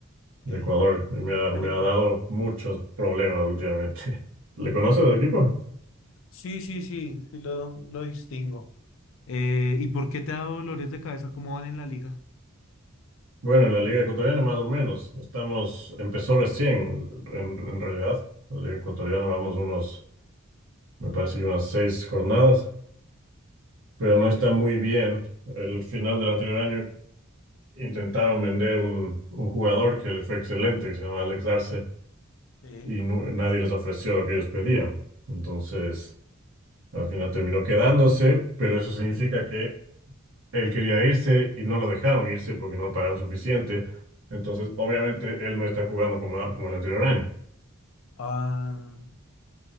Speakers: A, on the left (about 60°); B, on the right (about 65°).
A: Ok.
B: de Ecuador. Me ha,
A: Bueno,
B: me ha
A: y-
B: dado muchos problemas últimamente. <laughs> ¿Le conoces del equipo?
A: sí, sí, sí, sí lo, lo distingo. Eh, ¿y por qué te ha dado dolores de cabeza? ¿Cómo van en la liga?
B: Bueno, en la Liga Ecuatoriana más o menos. Estamos, empezó recién, en, en realidad. La Liga Ecuatoriana vamos unos, me parece que unas seis jornadas. pero no está
A: Sí.
B: muy bien. El final del anterior año intentaron vender un, un jugador que le fue excelente, que se llama Alex Arce,
A: Sí.
B: y no- nadie les ofreció lo que ellos pedían. Entonces, al final terminó quedándose, pero eso significa que él quería irse y no lo dejaron irse porque no lo pagaron suficiente. Entonces, obviamente, él no está jugando como, como el anterior año.
A: Ah,